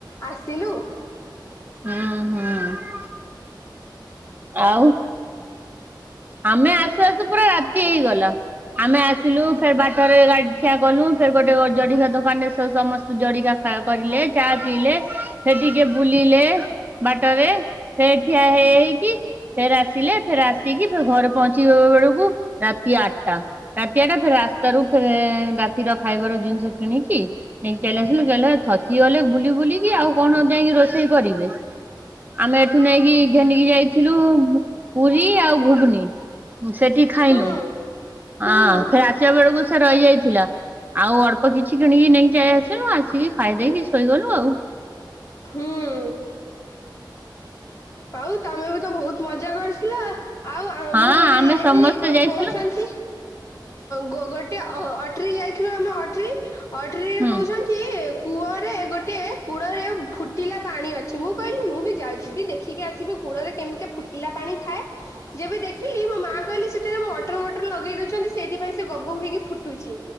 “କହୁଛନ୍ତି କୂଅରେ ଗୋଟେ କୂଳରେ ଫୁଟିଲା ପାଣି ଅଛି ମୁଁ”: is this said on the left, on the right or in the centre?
Left